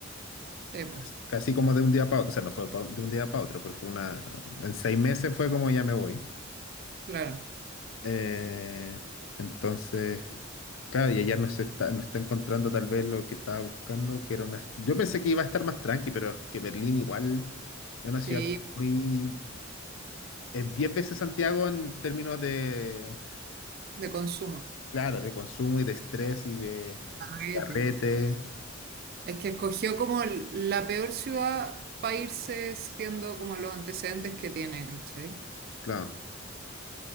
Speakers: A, on the right; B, on the left.
A: Sí, po,
B: as- casi como de un día para otro, o sea, no fue pa- de un día para otro, pero fue una, en seis meses fue como ya me voy.
A: claro,
B: Eh, entonces, claro, y ella no se está, no está encontrando tal vez lo que estaba buscando, que era una... Yo pensé que iba a estar más tranqui, pero es que Berlín igual es una
A: sí,
B: ciudad como muy... Es diez veces Santiago en términos de,
A: de consumo.
B: claro, de consumo y de estrés y de
A: Arrete.
B: carrete,
A: Es que escogió como l- la peor ciudad para irse siendo como los antecedentes que tiene, ¿cachai?
B: claro.